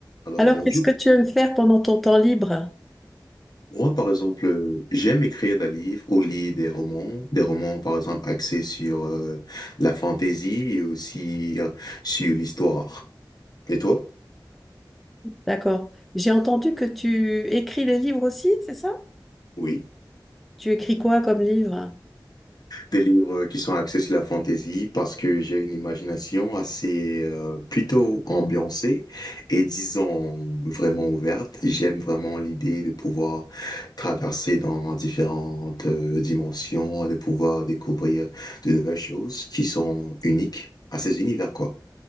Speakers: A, on the left; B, in the centre.
A: Alors
B: Alors,
A: bonjour.
B: qu'est-ce que tu aimes faire pendant ton temps libre?
A: Moi, par exemple, euh, j'aime écrire des livres au lit des romans, des romans, par exemple, axés sur euh, la fantaisie et aussi euh, sur l'histoire. Et toi?
B: D'accord. J'ai entendu que tu écris des livres aussi, c'est ça?
A: Oui.
B: Tu écris quoi comme livre?
A: des livres qui sont axés sur la fantaisie parce que j'ai une imagination assez euh, plutôt ambiancée et disons vraiment ouverte. J'aime vraiment l'idée de pouvoir traverser dans différentes euh, dimensions, de pouvoir découvrir de nouvelles choses qui sont uniques à ces univers, quoi.